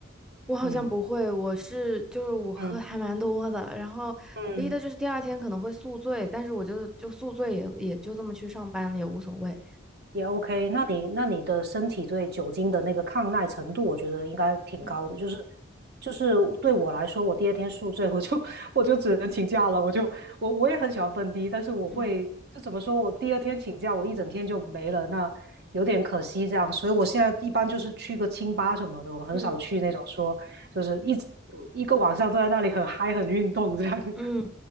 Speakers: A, in the centre; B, on the right (about 55°).
A: 我好像不会，
B: 嗯
A: 我是就是我喝还蛮多的，
B: 嗯
A: 然后唯一的就是第二天可能会宿醉，
B: 嗯。
A: 但是我就就宿醉也也就这么去上班了，也无所谓。
B: 也 OK，那你那你的身体对酒精的那个抗耐程度，我觉得应该挺高的。
A: 嗯
B: 就是就是对我来说，我第二天宿醉，我就 <laughs> 我就只能请假了。我就我我也很喜欢蹦迪，但是我会就怎么说，
A: 嗯
B: 我第二天请假，我一整天就没了，那有点可惜这样。所以我现在一般就是去个清吧什么的，我很少去那种说就是一直一个晚上都在那里很嗨很运动这样。
A: 嗯
B: <laughs>
A: 嗯。